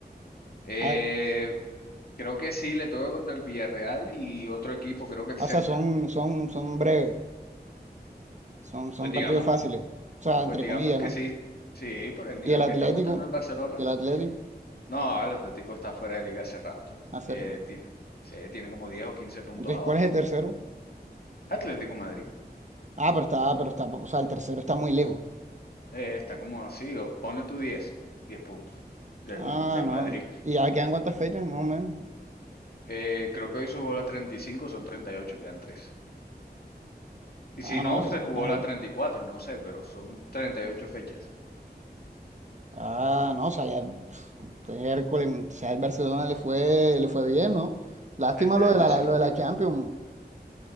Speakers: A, on the left; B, on the right.
A: Eh,
B: Ah,
A: creo que sí, le toca contra el Villarreal y otro equipo, creo que el
B: O
A: Celta.
B: sea, son, son, son breves, son, son
A: Pues digamos,
B: partidos fáciles, o sea, entre
A: pues digamos
B: comillas,
A: que
B: ¿no?
A: sí. Sí, por el nivel
B: Y el Atlético,
A: que está mostrando el Barcelona.
B: y el Atlético,
A: No, el Atlético está fuera de liga hace rato.
B: hacer.
A: Tiene, tiene, sí, tiene como 10 o 15 puntos
B: Entonces,
A: abajo.
B: ¿cuál es el tercero?
A: Atlético Madrid
B: Ah, pero está, pero está, o sea, el tercero está muy lejos.
A: eh, está como así, o ponle tu diez, 10 puntos del,
B: Ah,
A: del
B: no.
A: Madrid.
B: ¿Y ya quedan cuántas fechas, más o menos?
A: Eh, creo que hoy se jugó la 35, son 38, quedan 3. Y
B: Ah,
A: si no,
B: no sé.
A: se jugó
B: Ajá.
A: la 34, no sé, pero son 38 fechas.
B: Ah, no, o sea, ya pf, este miércoles, o sea, el Barcelona le fue, le fue bien, ¿no? Lástima
A: Este
B: lo
A: año
B: de la,
A: sí.
B: lo de la Champions.